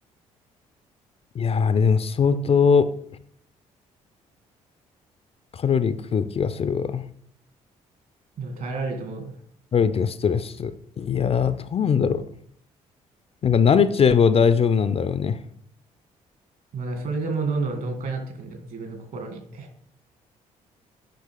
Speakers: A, on the left (about 35°); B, on the right (about 50°).
A: いやー、あれでも相当カロリー食う気がするわ。
B: でも耐えられると思う。
A: カロリーっていうかストレス。いやー、どうなんだろう。なんか慣れちゃえば大丈夫なんだろうね。
B: まあ、それでもうどんどん鈍化になっていくんだよ、自分の心に。